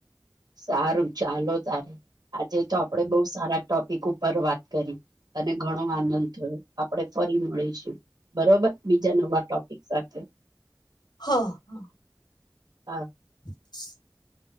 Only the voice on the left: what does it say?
હા હા
<inaudible>